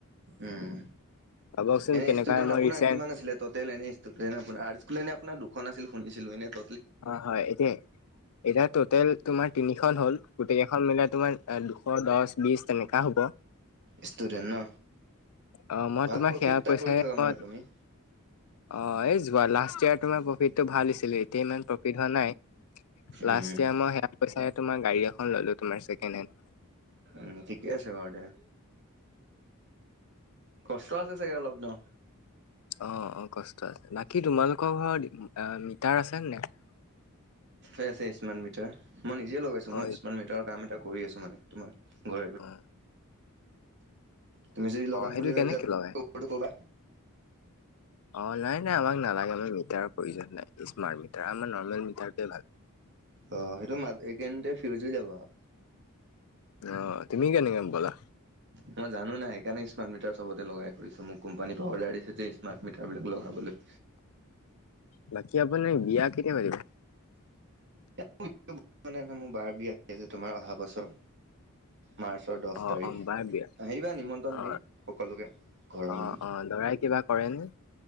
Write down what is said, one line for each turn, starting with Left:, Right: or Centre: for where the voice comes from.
Right: উম।
Left: ভাবকচোন
Right: এনে
Left: কেনেকা
Right: ষ্টুডেণ্ট
Left: মই
Right: আপোনাৰ
Left: ৰিচেণ্ট
Right: কিমান আছিলে? ট'টেল এনে ষ্টুডেন্ট আপোনাৰ, <unintelligible> এনে আপোনাৰ দুখন আছিল শুনিছিলো এনে ট
Left: অ', হয় এতিয়া এতিয়া টোটেল তোমাৰ তিনিখন হ'ল, গোটেইকেইখন মিলাই তোমাৰ দুশ, দচ, বিশ তেনেকা হ'ব।
Right: ষ্টুডেন্ট ন,
Left: অ মই
Right: ভাল
Left: তোমাৰ
Right: প্ৰফিট
Left: সেয়া
Right: এটা
Left: পইচাই
Right: কৰি থকা
Left: মই
Right: মানে তুমি।
Left: অ', এই যোৱা লাষ্ট ইয়াৰ তোমাৰ প্ৰফিটটো ভাল দিছিলে, এতিয়া ইমান প্ৰফিট হোৱা নাই।
Right: উম
Left: লাষ্ট ইয়াৰ মই সেয়া পইচাৰে তোমাৰ গাড়ী এখন ল'লো, তোমাৰ ছেকেণ্ড হেণ্ড।
Right: উম, ঠিকে আছে বাৰু দিয়া। কষ্ট আছে চাগে অলপ ন'।
Left: অ অ কষ্ট আছে। বাকী তোমালোকৰ ঘৰত মিটাৰ আছে নাই?
Right: আছে আছে স্মাৰ্ট মিটাৰ। মই নিজে লগাইছো
Left: অ
Right: মই স্মাৰ্ট মিটাৰৰ কাম এটা কৰি আছো মানে তোমাৰ ঘৰে ঘৰে।
Left: উম
Right: তুমি যদি লগাম
Left: সেইটো
Right: বুলি ভাবিছা
Left: কেনেকে লগাই
Right: <unintelligible> ক'বা।
Left: অ নাই নাই আমাক নালাগে আমি মিটাৰৰ প্ৰয়োজন নাই। স্মাৰ্ট মিটাৰ আমাৰ নৰ্মেল মিটাৰটোৱে ভাল
Right: অ সেইটো মাজ এইকেইদিনতে ফিউজ হৈ যাব আৰু
Left: অ তুমি কেনেকে গম পালা
Right: মই জানো নাই সেইকাৰণে স্মাৰ্ট মিটাৰ চবতে লগাই কৰিছোঁ মোক কোম্পানীৰ পা অৰ্ডাৰ দিছে যে স্মাৰ্ট মিটাৰবিলাক লগাবলৈ
Left: বাকী আপুনি বিয়া কেতিয়া পাতিব
Right: <unintelligible> মোৰ বাৰ বিয়া আহি আছে তোমাৰ অহা বছৰ মাৰ্চৰ দছ
Left: অ
Right: তাৰিখ
Left: অ বাৰ বিয়া
Right: আহিবা নিমন্ত্ৰণ
Left: অ
Right: দিম সকলোকে ঘৰৰ
Left: অ
Right: মানুহ
Left: অ দৰাই কিবা কৰেনে